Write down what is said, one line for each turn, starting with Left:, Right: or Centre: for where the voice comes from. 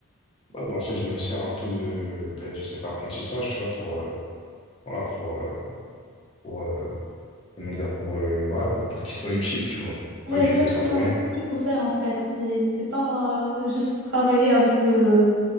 Left: ouais, bah, en fait, je me sers un peu de bah, de cet apprentissage, tu vois, pour euh, voilà, pour euh, pour euh, comment dire, pour euh, voilà, pour pour qu'il soit utile, tu vois.
Right: Ouais,
Left: pas que
Right: exactement.
Left: j'ai fait ça pour rien.
Right: C'est ce qu'il faut faire en fait. C'est c'est pas euh, juste travailler avec le,